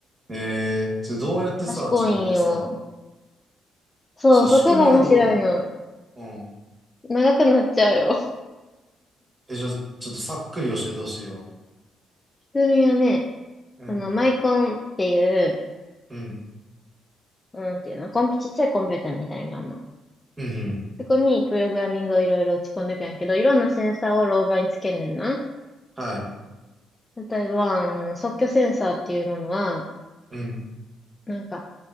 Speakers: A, on the right (about 20°); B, on the left (about 25°).
A: ええそれどうやってさ、
B: 賢いんよ。
A: 自分でさ、
B: そう、
A: その仕組みはどうなん
B: そこが面白いの。
A: うん。
B: 長くなっちゃうよ。
A: え、じゃあ、ちょっとさっくり教えてほしいわ。
B: 普通にはね、
A: うん。
B: あの、マイコンっていう、
A: うん。
B: なんていうの、コンピ、ちっちゃいコンピューターみたいなのがある
A: うん、うん。
B: そこにプログラミングをいろいろ打ち込んでいくんやけど、いろんなセンサーをローバーにつけんねんな。
A: はい。
B: 例えば、あの即興センサーっていうものは、
A: うん。
B: なんか、